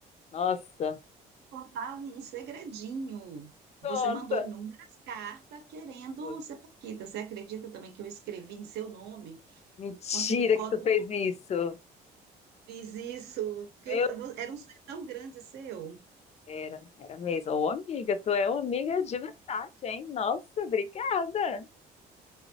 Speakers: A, on the left; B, on the right.
A: Nossa,
B: contar um um segredinho.
A: conta.
B: Você mandou inúmeras cartas querendo
A: Pô,
B: ser Paquita. Você acredita também que eu escrevi em seu nome?
A: Mentira
B: Consegui fotos,
A: que tu fez isso.
B: fiz isso. Porque
A: Meu,
B: eu- eu- era um sonho tão grande seu.
A: era, era mesmo. Ô, amiga, tu é uma amiga de verdade, hein? Nossa, obrigada.